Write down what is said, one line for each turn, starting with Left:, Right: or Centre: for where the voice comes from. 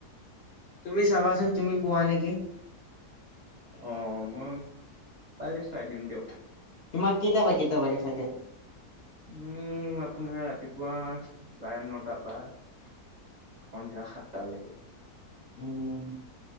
Left: তুমি চাবাচোন তুমি পোৱা নেকি।
Right: অ', মই পালে চাই দিম দিয়ক।
Left: তোমাক কেইটা পা কেইটালৈকে থাকে?
Right: উম, আপোনাৰ ৰাতিপুৱা চাৰে নটাৰ পৰা সন্ধিয়া সাতটালৈকে।
Left: উম।